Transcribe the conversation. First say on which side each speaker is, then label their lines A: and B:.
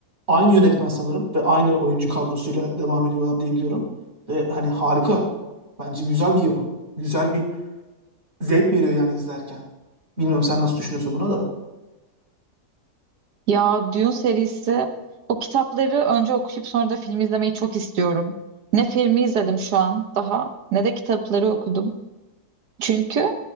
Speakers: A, on the right; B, on the right.
A: aynı yönetmen sanırım ve aynı oyuncu kadrosuyla devam ediyorlar diye biliyorum. Ve hani harika. Bence güzel bir yapım. Güzel bir zevk veriyor yani izlerken. Bilmiyorum sen nasıl düşünüyorsun buna da.
B: Ya Dune serisi o kitapları önce okuyup sonra da film izlemeyi çok istiyorum. Ne filmi izledim şu an daha ne de kitapları okudum. Çünkü